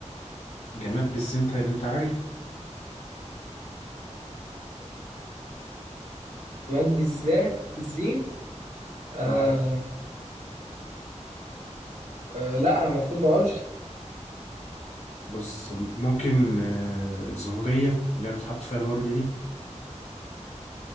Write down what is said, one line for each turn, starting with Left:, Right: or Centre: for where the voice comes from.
Left: جماد بالزين طيب انت عارف
Right: كمان بالزا بالزين آه
Left: اه
Right: آه لا انا المفروض ما اقولش
Left: بص ممكن آه زهرية اللي هي بيتحط فيها الورد دي